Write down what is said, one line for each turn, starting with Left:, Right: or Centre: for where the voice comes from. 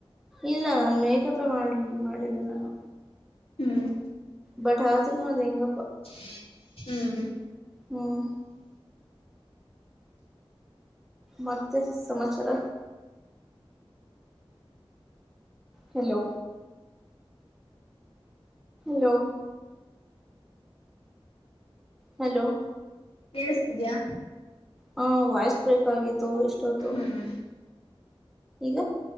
Centre: ಇಲ್ಲ ನಾ ಮೇಕಪೇ ಮಾಡ್ಲಿಲ್ ಮಾಡಿಲ್ಲ ನಾನು.
Left: ಹ್ಮ್
Centre: ಬುಟ್ ಆದ್ರು ನಂದ್ ಹೆಂಗೋ.
Left: <unintelligible> ಹ್ಮ್
Centre: ಹ್ಮ್ ಮತ್ತೆ ಸಮಾಚಾರ. ಹಲೋ. ಹಲೋ. ಹಲೋ.
Left: ಕೇಳುಸ್ತಿದ್ಯಾ.
Centre: ಹಾ ವಯ್ಸ್ ಬ್ರೇಕ್ ಆಗಿದೆ. ತೊ ಇಷ್ಟೊತ್ತು.
Left: ಹ್ಮ್
Centre: ಈಗ.